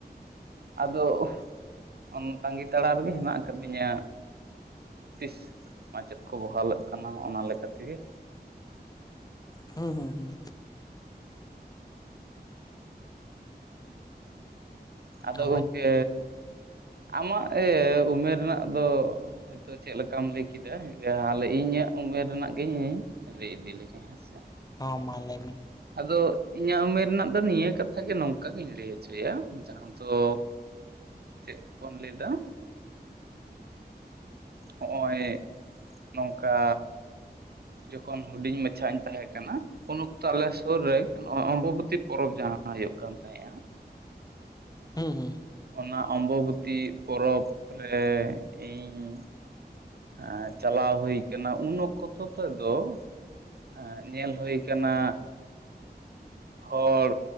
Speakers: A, on the right; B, on the left.
A: ᱟᱫᱚ ᱚᱱᱟ ᱛᱟᱺᱜᱤ ᱛᱟᱲᱟᱜ ᱨᱮᱜᱮ ᱦᱮᱱᱟᱜ ᱟᱠᱟᱫᱤᱧᱟ ᱛᱤᱥ ᱢᱟᱪᱮᱫ ᱠᱚ ᱵᱚᱦᱟᱞᱟᱜ ᱠᱟᱱᱟ ᱚᱱᱟ ᱞᱮᱠᱟ ᱛᱤᱜᱤ
B: ᱦᱩᱸ ᱦᱩᱸ ᱦᱩᱸ
A: ᱟᱫᱚ
B: ᱟᱵᱚᱭᱤᱡ
A: ᱜᱚᱝᱠᱮ ᱟᱢᱟᱜ ᱩᱢᱮᱨ ᱨᱮᱱᱟᱜ ᱫᱚ ᱛᱚ ᱪᱮᱫ ᱞᱮᱠᱟᱢ ᱞᱟᱹᱭ ᱠᱮᱫᱟ ᱛᱟᱦᱚᱞᱮ ᱤᱧᱟᱹᱜ ᱩᱢᱮᱨ ᱨᱮᱱᱟᱜ ᱜᱮᱤ ᱤᱧ ᱨᱮ ᱤᱫᱤ ᱞᱮᱜᱮ ᱦᱮᱸᱥᱮ
B: ᱦᱚᱸ ᱢᱟ ᱞᱟᱹᱭ ᱢᱮ
A: ᱟᱫᱚ ᱤᱧᱟᱹᱜ ᱩᱢᱮᱨ ᱨᱮᱱᱟᱜ ᱫᱚ ᱱᱤᱭᱟᱹ ᱠᱟᱛᱷᱟ ᱜᱮ ᱱᱚᱝᱠᱟ ᱜᱤᱧ ᱞᱟᱹᱭ ᱦᱚᱪᱚᱭᱟ ᱡᱟᱦᱟᱸ ᱫᱚ ᱪᱮᱫ ᱵᱚᱱ ᱞᱟᱹᱭᱫᱟ ᱦᱚᱜᱼᱚᱭ ᱱᱚᱝᱠᱟ ᱡᱚᱠᱷᱚᱱ ᱦᱩᱰᱤᱧ ᱢᱟᱪᱷᱟ ᱤᱧ ᱛᱟᱦᱮᱸᱫ ᱠᱟᱱᱟ ᱩᱱ ᱚᱠᱛᱚ ᱟᱞᱮ ᱥᱩᱨ ᱨᱮ ᱱᱚᱜ ᱚᱢᱵᱚᱵᱚᱛᱤ ᱯᱚᱨᱚᱵᱽ ᱡᱟᱦᱟᱸ ᱦᱩᱭᱩᱜ ᱠᱟᱱ ᱛᱟᱦᱮᱸᱼᱟ᱾
B: ᱦᱩᱸ ᱦᱩᱸ
A: ᱚᱱᱟ ᱚᱢᱵᱚᱵᱚᱛᱤ ᱯᱚᱨᱚᱵᱽ ᱨᱮ ᱤᱧ ᱦᱮᱸ ᱪᱟᱞᱟᱣ ᱦᱩᱭ ᱠᱟᱱᱟ ᱩᱱ ᱚᱠᱛᱚ ᱛᱮ ᱫᱚ ᱦᱮᱸ ᱧᱮᱞ ᱦᱩᱭ ᱠᱟᱱᱟ ᱦᱚᱲ